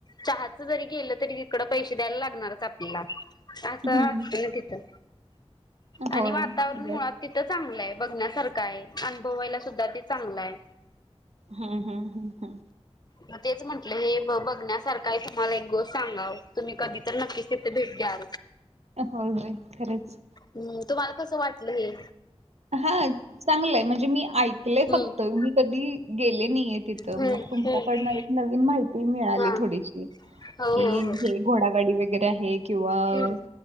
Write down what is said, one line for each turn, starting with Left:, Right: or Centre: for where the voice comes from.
Left: चहाच जरी गेलं तरी तिकड पैसे द्यायला लागणारच आपल्याला असं असतं
Right: हं.
Left: ना तिथं. आणि
Right: होय.
Left: वातावरण
Right: बरं.
Left: मुळात तिथं चांगलाय बघण्यासारखाय अनुभवायला सुद्धा ते चांगलाय.
Right: हा हा.
Left: मग तेच म्हटलं हे बघण्यासारखाय तुम्हाला एक गोष्ट सांगाव तुम्ही कधी. तर नक्कीच तिथे भेट घ्या.
Right: होय होय खरंच.
Left: हम्म तुम्हाला कसं वाटलं हे.
Right: हा चांगलंय म्हणजे मी. ऐकलंय
Left: हम्म
Right: फक्त मी कधी गेले नाहीये तिथं
Left: हम्म
Right: मग
Left: हम्म
Right: तुमच्याकडनं एक नवीन माहिती मिळाली
Left: हा
Right: थोडीशी
Left: हो हो
Right: कि
Left: हो
Right: हे घोडागाडी वगैरे आहे. किंवा
Left: हम्म